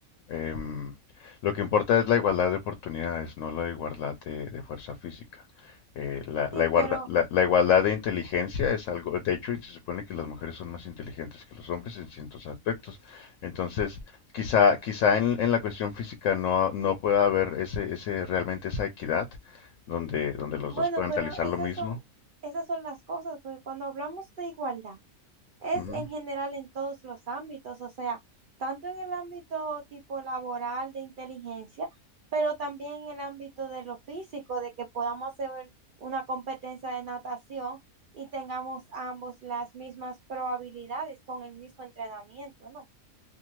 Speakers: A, on the left (about 70°); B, on the right (about 65°).
A: em, lo que importa es la igualdad de oportunidades, no la igualdad de, de fuerza física. Eh, la,
B: Sí,
A: la igualda-
B: pero
A: la- la igualdad de inteligencia es algo, de hecho, se supone que las mujeres son más inteligentes que los hombres en ciertos aspectos. Entonces, quizá, quizá en, en la cuestión física no, no pueda haber ese, ese, realmente esa equidad donde, donde los
B: bueno,
A: dos puedan
B: pero
A: realizar
B: esas
A: lo mismo.
B: son, esas son las cosas, porque cuando hablamos de igualdad, es
A: Ujú.
B: en general en todos los ámbitos, o sea, tanto en el ámbito tipo laboral de inteligencia, pero también en el ámbito de lo físico, de que podamos hacer una competencia de natación y tengamos ambos las mismas probabilidades con el mismo entrenamiento, ¿no?